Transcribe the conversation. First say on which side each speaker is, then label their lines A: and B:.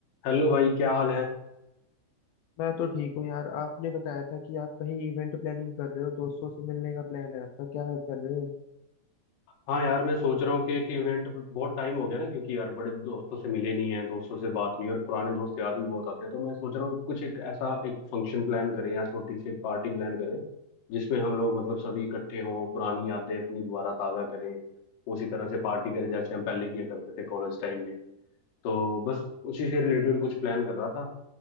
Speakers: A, on the left; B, on the left.
A: Hello भाई क्या हाल है
B: मैं तो ठीक हूँ यार आपने बताया था कि आप कहीं इवेंट प्लानिंग कर रहे हो दोस्तों से मिलने का प्लान है आपका क्या कर रहे हो
A: हाँ यार मैं सोच रहा हूँ कि, कि इवेंट बहुत टाइम हो गया ना क्योंकि यार बड़े दोस्तों से मिले नहीं हैं दोस्तों से बात नहीं है और पुराने दोस्त याद भी बहुत आते हैं तो मैं सोच रहा हूँ कुछ एक ऐसा एक फंक्शन प्लान करें या छोटी सी एक पार्टी प्लान करें जिसमें हम लोग मतलब सभी इकट्ठे हों पुरानी यादें अपनी दोबारा ताज़ा करें उसी तरह से पार्टी करें जैसे हम पहले किया करते थे कॉलेज टाइम में तो बस उसी से रिलेटेड कुछ प्लान कर रहा था